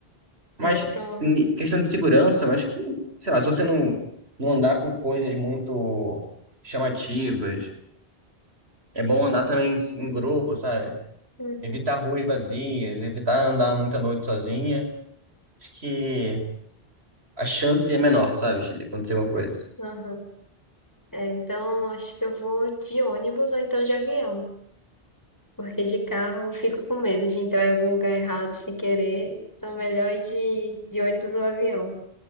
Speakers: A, on the right (about 85°); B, on the left (about 20°).
A: Mas
B: É, pronto.
A: se- questão de segurança, eu acho que, sei lá, se você não, não andar com coisas muito chamativas, é bom andar também em grupo, sabe?
B: Uhum.
A: Evitar ruas vazias, evitar andar muita noite sozinha. Acho que a chance é menor, sabe, de acontecer alguma coisa.
B: Aham. É, então acho que eu vou de ônibus ou então de avião. Porque de carro eu fico com medo de entrar em algum lugar errado sem querer. Então, melhor ir de, de ônibus ou avião.